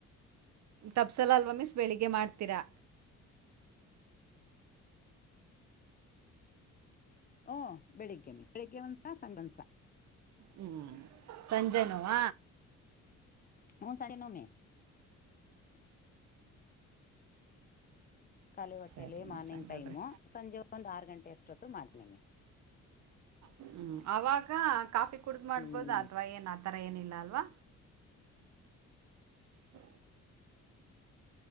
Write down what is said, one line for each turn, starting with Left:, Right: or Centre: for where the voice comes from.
Right: ತಪ್ಸಲ ಅಲ್ವ ಮಿಸ್ ಬೆಳಿಗ್ಗೆ ಮಾಡ್ತೀರಾ
Left: ಹೂ ಬೆಳಿಗ್ಗೆ ಮಿಸ್ ಬೆಳಿಗ್ಗೆ ಒಂದಸ ಸಾಯಂಕಾಲ
Right: ಹೂ ಸಂಜೆನೋವಾ
Left: ಹ ಸರಿ ನೋಮಸ್ ಹ ಖಾಲಿ ಹೊಟ್ಟೆಯಲ್ಲಿ
Right: ಸರಿ
Left: ಮಾರ್ನಿಂಗ್
Right: ಮಿಸ್ ಹಂಗಾದ್ರೆ
Left: ಟೈಮು ಸಂಜೆ ಒಂದು ಆರು ಗಂಟೆ ಅಷ್ಟೊತ್ತು ಮಾಡನಿ ಮಿಸ್
Right: ಹೂ ಅವಾಗ ಕಾಫಿ ಕುಡ್ದ್ ಮಾಡ್ಬೋದ
Left: ಹ್ಮ್
Right: ಅಥವಾ ಏನ್ ಆತರ ಏನಿಲ್ಲ ಅಲ್ವಾ ಹೂ